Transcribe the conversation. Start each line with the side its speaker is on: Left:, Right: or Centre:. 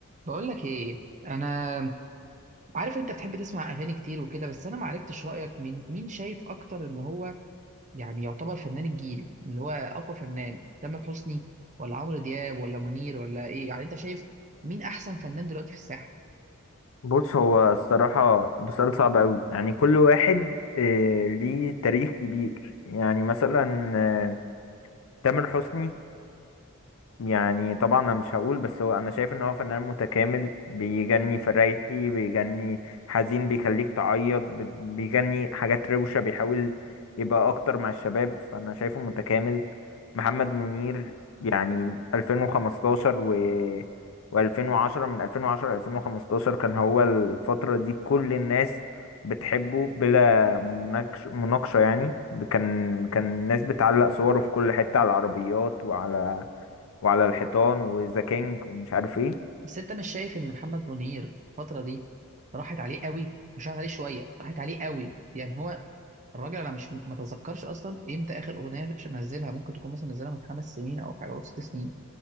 Right: بقول لك ايه انا عارف انت بتحب تسمع اغاني كتير وكده بس انا ما عرفتش رايك مين مين شايف اكتر ان هو يعني يعتبر فنان الجيل اللي هو اقوى فنان تامر حسني ولا عمرو دياب ولا منير ولا ايه يعني انت شايف مين احسن فنان دلوقتي في الساحه
Left: بص هو الصراحة بسؤال صعب أوي يعني كل واحد آه، ليه تاريخ كبير يعني مثلا آه، تامر حسني يعني طبعا انا مش هقول بس هو انا شايف ان هو فنان متكامل بيجني فريحي بيجني حزين بيخليك تعيط بت- بيجني حاجات روشة بيحاول يبقى اكتر مع الشباب فانا شايفه متكامل محمد منير يعني 2015 و و2010 من 2010 ل 2015 كان هو الفترة دي كل الناس بتحبه بلا مناقش- مناقشة يعني كان كان الناس بتعلق صوره في كل حتة على العربيات وعلى وعلى الحيطان وذا كينج ومش عارف ايه
Right: بس انت مش شايف ان محمد منير الفتره دي راحت عليه قوي مش راحت عليه شويه راحت عليه قوي يعني هو الراجل انا مش متذكرش اصلا امتى اخر اغنيه نزلها ممكن تكون مثلا نزلها من خمس سنين او حاجه او ست سنين